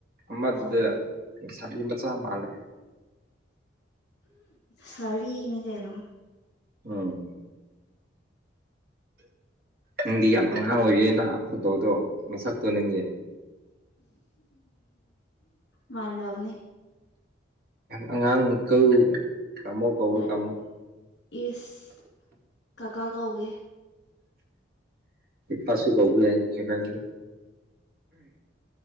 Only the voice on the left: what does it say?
ꯑꯣ
ꯁꯔꯤꯅꯦ ꯀꯥꯏꯩꯅꯣ
ꯃꯥꯅ ꯑꯃꯅꯤ
ꯅꯠ
ꯏꯁ ꯀꯀꯥ ꯀꯧꯒꯦ